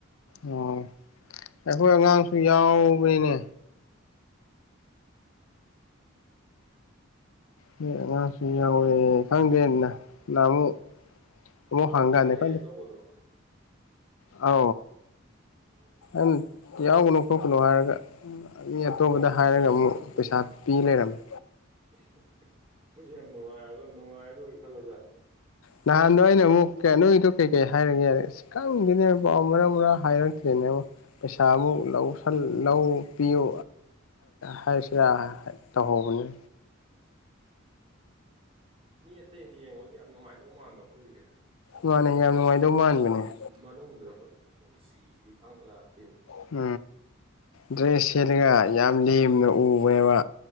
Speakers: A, on the left; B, on the right.
A: ꯑꯣ ꯑꯩꯈꯣꯏ ꯑꯉꯥꯡꯁꯨ ꯌꯥꯎꯕꯅꯤꯅꯦ ꯍ ꯉꯥꯁꯨ ꯌꯥꯎꯋꯦ ꯈꯪꯗꯦꯅ ꯅꯍ ꯑꯃꯨꯛ ꯋꯥ
B: ꯅꯪꯉꯣꯟꯗ
A: ꯍꯪꯒꯥꯅꯦ
B: ꯍꯥꯏꯔꯛꯑꯦꯅ
A: ꯈ
B: ꯇꯧꯕꯗꯨꯔꯣ
A: ꯑ
B: ꯑꯩꯈꯣꯏꯗꯤ
A: ꯎ ꯌꯥꯎꯒꯅꯨ ꯈꯣꯠꯄꯅꯣ ꯍꯥꯏꯔꯒ ꯃꯤ ꯑꯇꯣꯞꯄꯗ ꯍꯥꯏꯔꯒ ꯑꯃꯨꯛ ꯄꯩꯁꯥ ꯄꯤ ꯂꯩꯔꯝꯃꯦ
B: <inaudible> ꯍꯣꯏꯁ ꯌꯥꯝ ꯅꯨꯡꯉꯥꯏꯔ ꯅꯨꯡꯉꯥꯏꯔꯗꯣꯏꯔ ꯈꯜꯂꯁꯥ
A: ꯅꯍꯥꯟꯗꯣ ꯑꯩꯅ ꯑꯃꯨꯛ ꯅꯣꯏꯒꯤꯗꯣ ꯀꯩꯀꯩ ꯍꯥꯏꯔꯒꯦ ꯌꯥꯔꯦ ꯈꯪꯗꯅꯦꯕ ꯄꯥꯎ ꯃꯔꯥ ꯃꯔꯥꯡ ꯍꯥꯏꯔꯛꯇ꯭ꯔꯤꯅꯦ ꯄꯩꯁꯥ ꯑꯃꯨꯛ ꯂꯧ ꯂꯧ ꯄꯤꯌꯨ ꯍꯥꯏꯁꯤꯔꯥ ꯇꯧꯍꯧꯕꯅꯤ
B: ꯑꯣ ꯃꯤ ꯑꯇꯩ ꯑꯅꯤ ꯌꯦꯡꯕꯗ ꯌꯥꯝ ꯅꯨꯡꯉꯥꯏꯗꯧ ꯃꯥꯟꯕ ꯑꯩꯈꯣꯏꯒꯤꯁꯦ
A: ꯃꯥꯅꯦ ꯌꯥꯝ
B: ꯁꯣꯗ
A: ꯅꯨꯡꯉꯥꯏꯗꯧ ꯃꯥꯟꯕꯅꯦ
B: ꯃꯅꯨꯡꯗ ꯑꯩꯈꯣꯏ ꯁꯣꯗ ꯁꯤꯛꯏꯁꯤꯗꯤ ꯈꯪꯉꯛꯕꯗꯥ ꯅꯠꯇꯦꯕ
A: ꯎꯝ ꯗ꯭ꯔꯦꯁ ꯁꯦꯂꯒ ꯌꯥꯝ ꯂꯦꯝꯅ ꯎ ꯑꯣꯏꯕ